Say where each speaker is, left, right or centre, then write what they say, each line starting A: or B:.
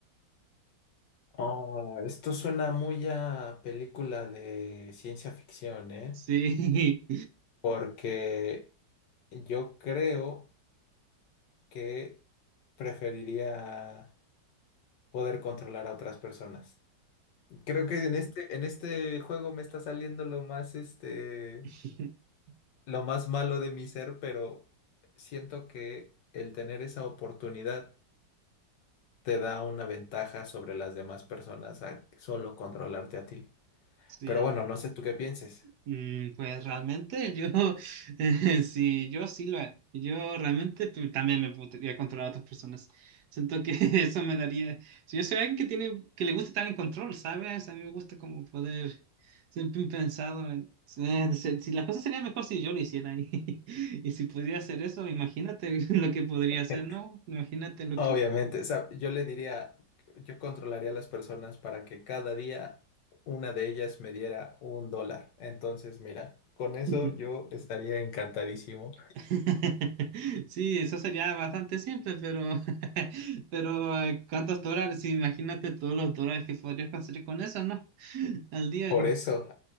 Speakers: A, on the left (about 75°); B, on the right (about 65°).
A: Oh, esto suena muy a película de ciencia ficción, ¿eh?
B: Sí,
A: Porque yo creo que preferiría poder controlar a otras personas. Creo que en este, en este juego me está saliendo lo más este
B: <laughs>
A: lo más malo de mi ser, pero siento que el tener esa oportunidad te da una ventaja sobre las demás personas a solo controlarte a ti.
B: sí.
A: Pero bueno, no sé tú qué pienses.
B: Mm, Pues realmente yo, <laughs> eh, sí, yo sí lo haría. Yo realmente pu- también me podría controlar a otras personas. Siento que <laughs> eso me daría. Si yo soy alguien que tiene, que le gusta estar en control, ¿sabes? A mí me gusta como poder. Siempre he pensado en. eh, de ser- Si las cosas serían mejor si yo lo hiciera <laughs> y, y si pudiera hacer eso, imagínate <laughs> lo que podría
A: <laughs>
B: hacer, ¿no? Imagínate lo
A: Obviamente,
B: que.
A: o sea, yo le diría, yo controlaría a las personas para que cada día una de ellas me diera un dólar. Entonces, mira, con eso
B: <laughs>
A: yo estaría encantadísimo.
B: <laughs> Sí, eso sería bastante simple, pero, <laughs> pero eh, ¿cuántos dólares? Sí, Imagínate todos los dólares que podrías conseguir con eso, ¿no? <laughs> Al día.
A: Por eso.